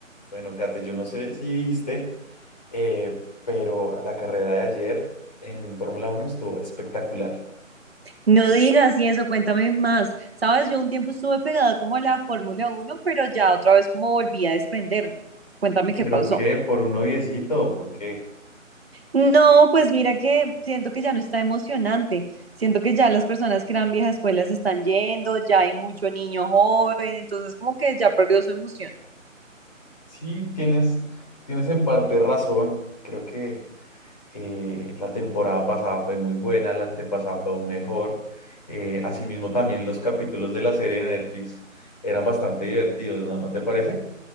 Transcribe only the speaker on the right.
No digas y eso, cuéntame más. Sabes, yo un tiempo estuve pegada como a la Fórmula Uno, pero ya otra vez como volví a desprenderme. Cuéntame qué
pasó.
No, pues mira que siento que ya no está emocionante. Siento que ya las personas que eran viejas escuelas se están yendo, ya hay mucho niño joven, entonces como que ya perdió su emoción.